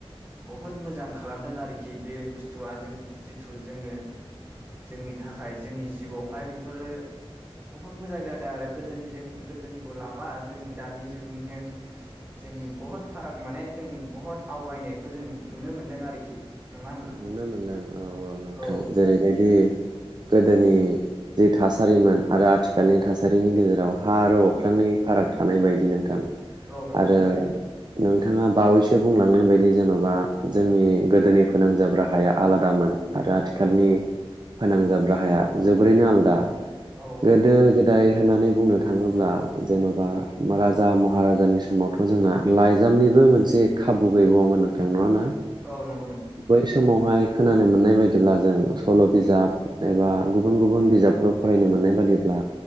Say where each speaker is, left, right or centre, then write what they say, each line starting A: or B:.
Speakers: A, on the right (about 20°); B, on the right (about 45°).
A: बहुद मोजां खालामदों आरोखि बे बुस्थुआ जों जिथु जोङो जोंनि थाखाय जोंनि जिउआवहाय बिफोरो बहुद मोजां जादों आरो गोदोनि जों गोदोनि खौ लाबा जों दानि जुगनिजों जों बहत फाराग माने जों बहत आवगायनायखौ जों नुनो मोन्दों आरोखि नङा होनब्ला?
B: नुनो मोनदों औ नोंथां
A: औ
B: जेरैबायदि गोदोनि जि थासारिमोन आरो आथिखालनि थासारिनि गेजेराव हा आरो अख्रांनि फाराग थानाय बायदि नोंथां।
A: औ नंगौ
B: आरो
A: नंगौ।
B: नोंथाङा बावैसो बुंलांनाय बायदि जेन'बा जोंनि गोदोनि फोनांजाब राहाया आलादामोन। आरो आथिखालनि
A: औ
B: फोनांजाब राहाया जोबोरैनो आलदा।
A: औ
B: गोदो गोद दाय होननानै बुंनो थाङोब्ला जेन'बा राजा महाराजानि समावथ' जोंना लाइजामनिबो मोनसे खाबु गैबावामोन नोंथां नङा ना?
A: औ नंगौ नंगौ।
B: बै समावहाय खोनानो मोननाय बाय दिब्ला जों सल' बिजाब एबा गुबुन गुबुन बिजाबफोराव फरायनो मोननाय बादिब्ला